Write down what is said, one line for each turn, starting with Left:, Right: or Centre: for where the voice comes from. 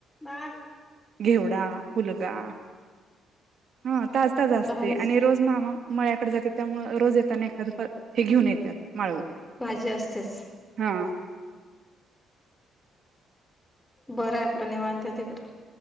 Left: हा
Right: घेवडा हलगा हा ताजताज असते
Left: भारीच
Right: आणि रोज मामा मळ्याकडे जाते त्यामु रोज येताना एखादं हे घेऊन येतात. माळव
Left: भाजी असतेच
Right: हा
Left: बरं आहे आपलं निवांत तिकडं